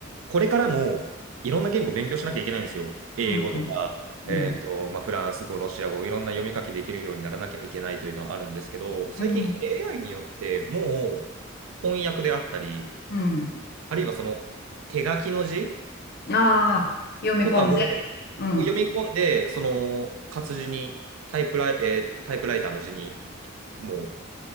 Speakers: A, on the right (about 85°); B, on the left (about 50°).
A: これからもいろんな言語勉強しなきゃいけないんですよ。英語とか、
B: うん、うん、
A: えっと、
B: うん、
A: まあ、フランス語、ロシア語、いろんな読み書きできるようにならなきゃいけないというのはあるんですけど、最近
B: うん。
A: AI によってもう翻訳であったり、
B: うん
A: あるいはその手書きの字
B: ああ、読み込んで。
A: とかも、も
B: うん
A: う読み込んで、その活字にタイプライ、えータイプライターの字に、もう、